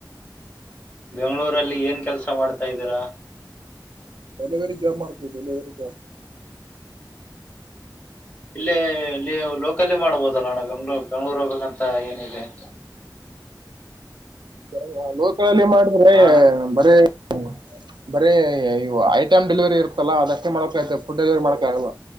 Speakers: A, on the left (about 20°); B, on the right (about 85°).
A: ಬೆಂಗಳೂರಲ್ಲಿ ಏನ್ ಕೆಲಸ ಮಾಡ್ತಾ ಇದ್ದೀರಾ
B: ಡೆಲಿವರಿ ಜಾಬ್ ಮಾಡ್ತೀವಿ ಡೆಲಿವರಿ ಜಾಬ್
A: ಇಲ್ಲೇ ನೀವು ಲೋಕಲ್ಲ ಮಾಡ್ಬೋದಲ್ಲಣ್ಣ ಬೆಂಗ್ಳೂ ಬೆಂಗ್ಳೂರ್ ಹೋಗ್ಬೇಕಂತ ಏನಿದೇ <inaudible>
B: <unintelligible> ಲೋಕಲಲ್ಲಿ ಮಾಡದ್ರೆ
A: ಅಣ್ಣ
B: ಬರೆ ಹ್ಮ ಬರೆ ಇವು ಐಟಮ್ ಡೆಲಿವರಿ ಇರುತ್ತಲ್ಲ ಅದಷ್ಟೇ ಮಾಡ್ಬೇಕ್ ಆಗುತ್ತೆ ಫುಡ್ ಡೆಲಿವರಿ ಮಾಡಕ ಆಗಲ್ಲ.